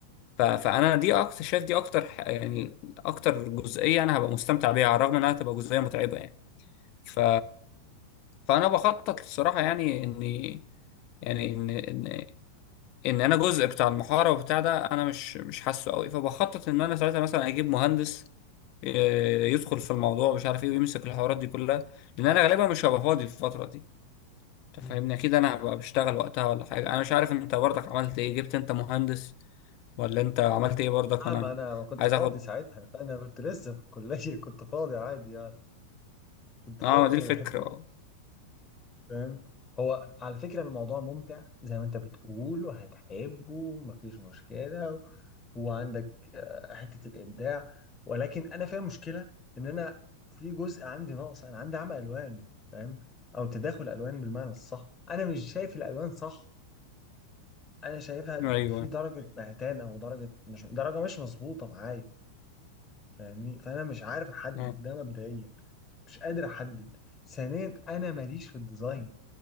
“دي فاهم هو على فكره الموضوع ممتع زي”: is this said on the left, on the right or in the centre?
Left